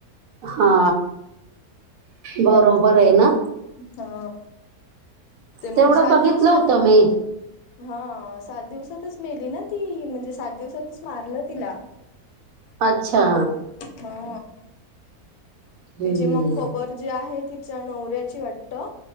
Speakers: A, on the right (about 75°); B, on the left (about 80°).
A: हा बरोबर आहे ना
B: हा ते
A: तेवढं
B: मग सात
A: बघितलं
B: दिवसात
A: होतं मी
B: हा सात दिवसातच मेली ना ती म्हणजे सात दिवसातच मारलं तिला
A: अच्छा
B: हा
A: हम्म
B: तिची मग कबर जी आहे तिच्या नवऱ्याची वाटतं